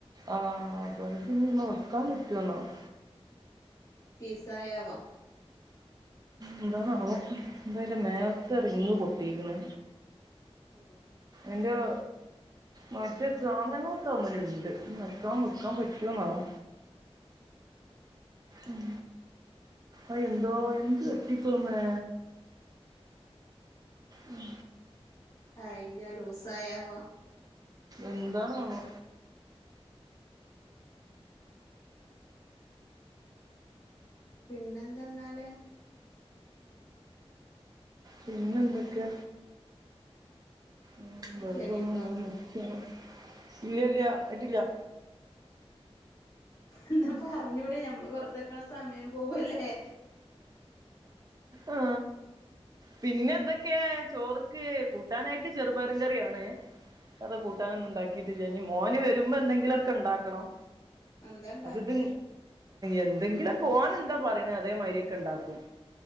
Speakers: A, on the right; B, on the left.
A: ആഹ് ബൾബ്ഞ്ഞി അയ്മെ വെക്കാൻ പറ്റൊന്നാവോ?
B: പിസായാവാം
A: ന്താന്നാവോ ന്തായാലും മേലത്തെ റിങ്ങ് പൊട്ടിക്ക്ണ്.
B: ആഹ്
A: എന്ത്യയോ മറ്റേ സാധനങ്ങളൊക്കെ അയ്മ്മല്ണ്ട് ഇഞ്ഞി വെക്കാം വെക്കാം പറ്റൊന്നാവോ? ഉം അയ്എന്തോ എന്ത് തട്ടിപ്പ അയമെ. ഉം.
B: ആഹ് ഇഞ ലൂസ് ആയാവാം
A: എന്താണാവോ?
B: പിന്നെന്താന്നാല്.
A: പിന്നെ എന്തക്കെ ഉം
B: എന്നാ
A: ബൾബവ്മ്പോ
B: ശരിട്ടോ
A: ഇങ്ങനെ നിക് ഉം ഇല്ല ഇല്ല്യ അയ്ട്ട്ല്ലാ.
B: എന്നാ പറഞ്ഞൂടെ നമ്മള് വെറുതെക്കണ സമയം പോവല്ലേ
A: ആ പിന്നെ എന്തൊക്കെയ ചോറ് കൂട്ടാനായിട്ട് ചെറുപയറും കറിയാണ് വേറെ കൂട്ടാനൊന്നും ഉണ്ടാക്കിട്ടില്ല ഇനി മോന് വരുമ്പോ എന്തെങ്കിലുമൊക്കെ ഉണ്ടാക്കണം
B: എന്താ ഇണ്ടാക്കല്
A: അത് ഇത് എന്തെങ്കിലൊക്കെ ഓൻ എന്താ പറയണ അതേ മാരിയൊക്കെ ഉണ്ടാക്കും